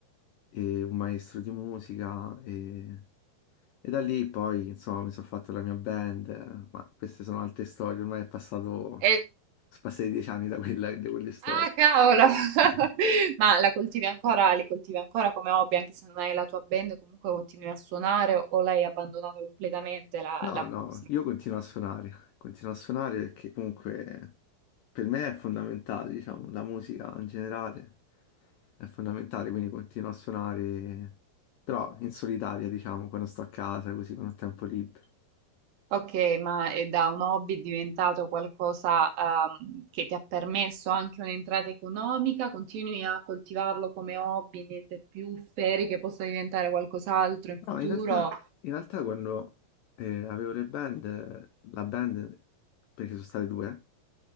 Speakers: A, on the left; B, on the right.
A: eh, un maestro di musica e, e da lì poi, insomma, mi sono fatto la mia band, eh, ma queste sono altre storie, ormai è passato, sono
B: E-
A: passati dieci anni da quella- da quelle storie.
B: Ah, cavolo! <laughs>
A: <laughs>
B: Ma la coltivi ancora, li coltivi ancora come hobby, anche se non hai la tua band, comunque continui a suonare o l'hai abbandonata completamente la,
A: No,
B: la
A: no,
B: musica?
A: io continuo a suonare, continuo a suonare perché comunque per me è fondamentale, diciamo, la musica in generale è fondamentale, quindi continuo a suonare, però in solitaria, diciamo, quando sto a casa, così quando ho tempo libero.
B: Ok, ma è da un hobby diventato qualcosa, ehm, che ti ha permesso anche un'entrata economica? Continui a coltivarlo come hobby, niente più, speri che possa diventare qualcos'altro in
A: No,
B: futuro?
A: in realtà, in realtà quando eh, avevo le band, eh, la band, perché sono state due,